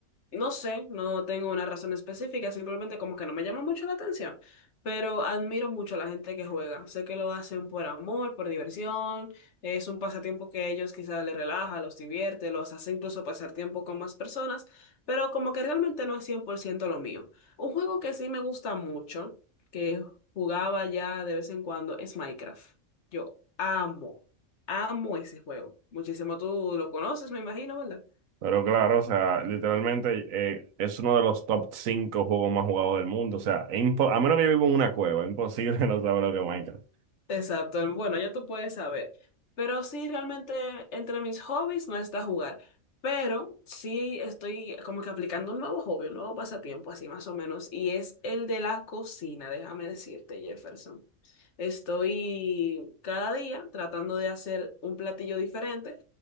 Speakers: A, on the left; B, on the right.
A: No sé, no tengo una razón específica, simplemente como que no me llama mucho la atención, pero admiro mucho a la gente que juega. Sé que lo hacen por amor, por diversión, es un pasatiempo que a ellos quizás les relaja, los divierte, los hace incluso pasar tiempo con más personas, pero como que realmente no es 100% lo mío. Un juego que sí me gusta mucho, que jugaba ya de vez en cuando, es Minecraft. Yo amo, amo ese juego. Muchísimo, tú lo conoces, me imagino, ¿verdad?
B: Pero claro, o sea, literalmente eh, es uno de los top 5 juegos más jugados del mundo. O sea, es impo- a menos que yo viva en una cueva, es imposible <laughs> no saber lo que es Minecraft.
A: Exacto, el- bueno, ya tú puedes saber. Pero sí, realmente entre mis hobbies no está jugar. Pero sí estoy como que aplicando un nuevo hobby, un nuevo pasatiempo, así más o menos. Y es el de la cocina, déjame decirte, Jefferson. Estoy cada día tratando de hacer un platillo diferente